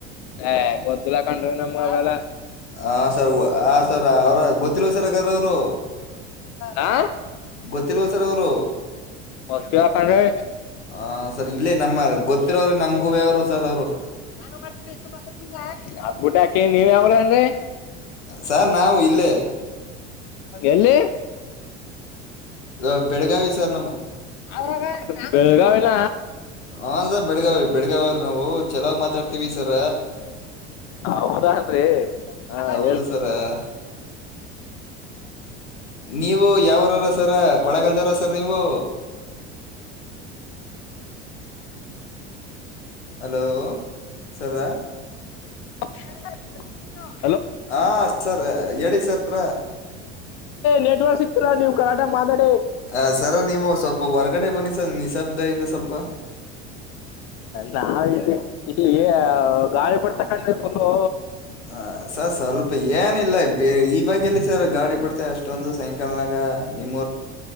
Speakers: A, on the left (about 50°); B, on the left (about 85°).
A: ಹೇ ಗೊತ್ತಿಲ್ಲ ಕಣ್ರಿ ನಮ್ಗ ಅವೆಲ್ಲ
B: ಹ ಸರ್ ಆ ಸರ್ ಅವ್ರ ಗೊತ್ತಿಲ್ವ ಸರ್ ಹಾಗಾದ್ರ ಅವ್ರು
A: ಹಾ
B: ಗೊತ್ತಿಲ್ವ ಸರ್ ಅವ್ರು
A: ಮಸ್ತಿವ ಕಣ್ರಿ
B: ಆ ಸರ್ ಇಲ್ಲೇ ನಮ್ ಗೊತ್ತಿರೋರಿ ನಮ್ಗೂವೆ ಸರ್ ಅವ್ರು
A: ಯಾನೋ ಮಾಡ್ತಿದೆ ಇಷ್ಟೋ <unintelligible> ಎ ಗುಡ್ಡೆ ಹಾಕ್ ಕೆ ನೀವ್ ಯಾವ್ ಉರ್ ಅನ್ರಿ
B: ಸರ್ ನಾವು ಇಲ್ಲೇ
A: ಎಲ್ಲಿ
B: ಗಾ ಬೆಳಗಾವಿ ಸರ್ ನಮ್
A: <unintelligible> ಬೆಳ್ಗಾವಿನ
B: ಹ ಸರ್ ಬೆಳಗಾವಿ ಬೆಳಗಾವಿಯವ್ರ ನಾವು ಚಲೋ ಮಾತಾಡ್ತಿವಿ ಸರ
A: ಹೌದಾನ್ರಿ ಹ
B: ಹೌದು
A: ಹೇಳ್
B: ಸರ ನೀವು ಯಾವರರ ಸರ ಕೊಳಗಲ್ದವಾರ ಸರ್ ನೀವು ಹಲೋ ಸರ
A: <unintelligible>
B: ಹ ಸರ್ ಹೇಳಿ ಸರ
A: ನೆಟ್ವರ್ಕ್ ಸಿಗ್ತಿಲ್ಲಾ ನೀವು ಕರೆಕ್ಟಾಗಿ ಮಾತಾಡ್
B: ಹ ಸರ್ ನೀವು ಸ್ವಲ್ಪ ಹೊರ್ಗಡೆ ಬನ್ನಿ ಸ ಅ ನಿಶಬ್ದ ಇಂದ ಸ್ವಲ್ಪ
A: ನಾವ ಇಲ್ ಇಲ್ಲಿ ಗಾಳಿ ಬರ್ತಾ ಇತ್ ಕಂಡ್ರಿ ಫುಲ್ಲು
B: ಹ ಸರ್ ಸ್ವಲ್ಪ ಇ ಏನಿಲ್ಲ ಬೆ ಇವಾಗ್ ಎಲ್ಲಿ ಸರ್ ಗಾಳಿ ಬಿಡ್ತೆ ಅಷ್ಟೊಂದು ಸೈಂಕಲ್ನಾಗ ನಿಮ್